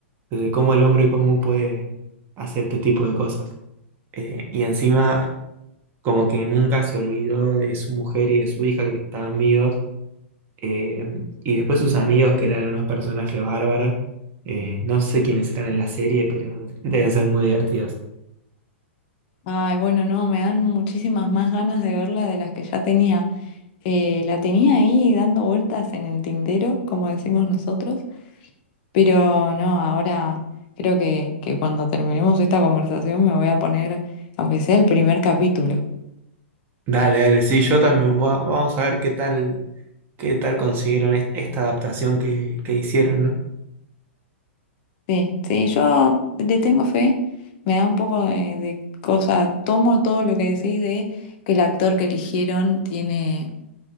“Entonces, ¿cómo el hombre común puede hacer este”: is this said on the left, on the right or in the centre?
Right